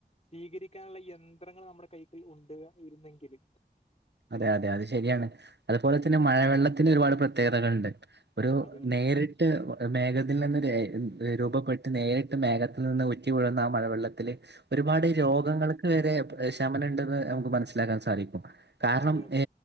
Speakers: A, on the left; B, on the right.
A: സ്വീകരിക്കാനുള്ള യന്ത്രങ്ങൾ നമ്മുടെ കൈക്കൽ ഉണ്ട് ഇരുന്നെങ്കിലും.
B: അതെ അതെ അത് ശരിയാണ് അതുപോലെ തന്നെ മഴവെള്ളത്തിന് ഒരുപാട് പ്രത്യേകതകളുണ്ട് ഒരു
A: അതെ
B: നേരിട്ട് മേഘത്തിൽ നിന്ന് രേ രൂപപ്പെട്ട് നേരിട്ട് മേഘത്തിൽ നിന്ന് ഉറ്റി വീഴുന്ന ആ മഴവെള്ളത്തില് ഒരുപാട് രോഗങ്ങൾ
A: അതെ
B: വരെ ശമനം ണ്ടെന്ന് നമക്ക് മനസ്സിലാക്കാൻ സാധിക്കും. കാരണം
A: അതെ അതെ
B: എ